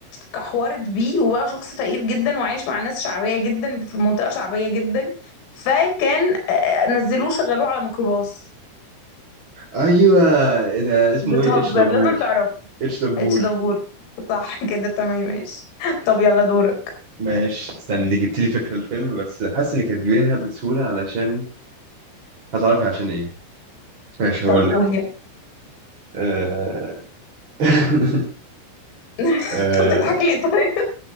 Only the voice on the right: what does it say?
ايوه ده اسمه
ايه اتش دبور
اتش دبور
ماشي استني جبت لي فكره الفيلم بس حاسس انك هتجيبيها بسهوله علشان هتعرفي عشان ايه ماشي هقول
لك
آه... <laughs>
آه...